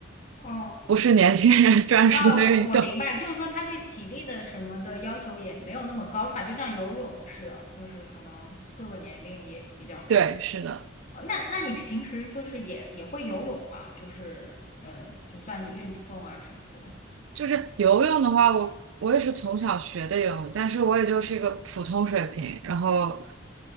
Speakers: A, on the left; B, on the right.
A: 哦。
B: 不是年轻人 <laughs> 专属的运动。
A: 啊，我我明白，就是说他对体力的什么的要求也没有那么高，对吧？就像游泳似的，就是可能各个年龄也比较适合。
B: <laughs> 对，是的。
A: 哦，那那你平时就是也也会游泳嘛？就是呃，就算是运动啊什么的。
B: 就是游泳的话，我我也是从小学的游泳，但是我也就是一个普通水平。然后，